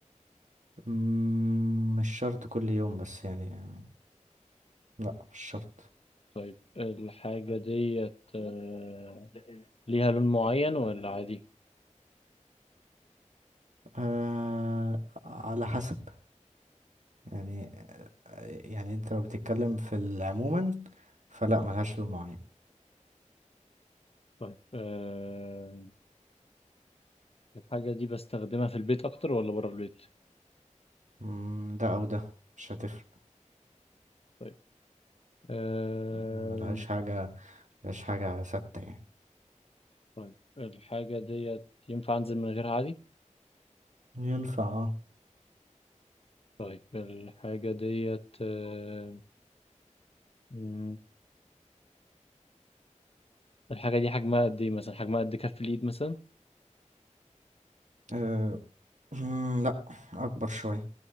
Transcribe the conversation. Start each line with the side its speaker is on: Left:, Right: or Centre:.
Right: مم، مش شرط كل يوم بس يعني لا مش شرط
Left: طيب الحاجة ديت آه ليها لون معين ولا عادي
Right: آه على حسب يعني يعني انت لو بتتكلم في العموما فلا ملهاش لون معين
Left: طيب آه الحاجة دي بستخدمها في البيت أكتر ولا بره البيت
Right: مم، ده او ده مش هتفرق
Left: طيب آه
Right: ملهاش حاجة ملهاش حاجة ثابتة يعني
Left: طيب الحاجة ديت ينفع أنزل من غيرها عادي
Right: ينفع اه
Left: طيب الحاجة ديت آه مم، الحاجة دي حجمها قد إيه مثلا حجمها قد كف الإيد مثلا
Right: آه، <clears throat> لا اكبر شوية